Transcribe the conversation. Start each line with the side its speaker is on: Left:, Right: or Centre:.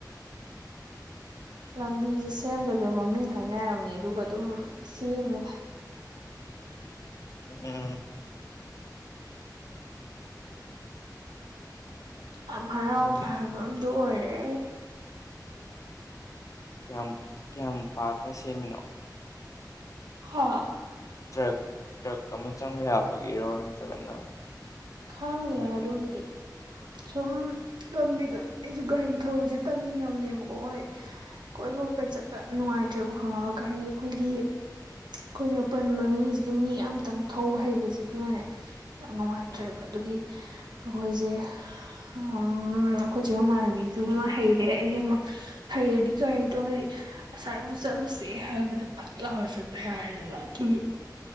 Left: <inaudible>
Right: ꯂꯝꯕꯤꯁꯦ ꯁꯦꯝꯗꯕꯤꯗ ꯃꯃꯤꯡ ꯍꯥꯏꯅꯔꯕꯅꯦ ꯑꯗꯨꯒ ꯑꯗꯨꯝ ꯁꯦꯝꯃꯦ
Left: ꯎꯝ
Right: ꯌꯥꯝ ꯍꯔꯥꯎꯕ
Left: ꯎꯝ
Right: ꯍꯥꯏꯕꯃ ꯗꯨ ꯑꯣꯏꯔꯦ
Left: ꯀꯌꯥꯝ ꯀꯌꯥꯝ ꯄꯥꯛꯅ ꯁꯦꯝꯃꯤꯅꯣ
Right: ꯍꯥ
Left: ꯇ꯭ꯔꯛ ꯇ꯭ꯔꯛ ꯑꯃ ꯆꯪꯕ ꯌꯥꯕꯒꯤꯔꯣ ꯅꯠꯇ꯭ꯔꯒꯅ
Right: ꯈꯪꯗꯦꯗ
Left: ꯀꯃꯥꯏꯅ
Right: ꯑꯗꯨꯒꯤꯗꯤ ꯁꯨꯝ ꯂꯝꯕꯤꯗꯣ ꯑꯩꯁꯨ ꯒꯥꯔꯤ ꯊꯧꯕꯁꯦ ꯇꯝꯅꯤꯡꯉꯕꯅꯦꯕꯀꯣ ꯍꯣꯏ ꯀꯣꯏꯕ ꯀ ꯀꯩ ꯆꯠꯄ ꯌꯥꯝ ꯅꯨꯡꯉꯥꯏꯇ꯭ꯔꯦꯕ ꯈꯪꯉꯕ ꯒꯥꯔꯤ ꯑꯩꯈꯣꯏꯒꯤ ꯑꯩꯈꯣꯏꯅꯄꯟꯕ ꯃꯤꯁꯤꯗ ꯃꯤ ꯑꯃꯇꯪ ꯊꯧꯕ ꯍꯩꯕꯁꯤ ꯑꯗꯨꯅꯅꯦ ꯌꯥꯝ ꯅꯨꯡꯉꯥꯏ ꯇ꯭ꯔꯦꯕ
Left: ꯎꯝ
Right: ꯑꯗꯨꯒꯤ ꯑꯩꯈꯣꯏꯁꯦ ꯎꯝ ꯑꯩꯈꯣꯏꯆꯦ ꯃꯃꯥꯟꯅꯕꯤꯗꯨꯃ ꯍꯩꯔꯦ ꯑꯩ ꯑꯃ ꯍꯩꯔꯗꯤ ꯒꯥꯔꯤꯗꯣ ꯍꯥꯏꯗꯤ ꯉꯁꯥꯏꯕꯨꯨꯛ ꯆꯠꯂꯨꯁꯦ ꯍꯥꯏꯕꯗ ꯐꯛ ꯂꯥꯎꯔ ꯆꯠꯄ ꯌꯥꯏꯗꯅ ꯑꯗꯨꯒꯤ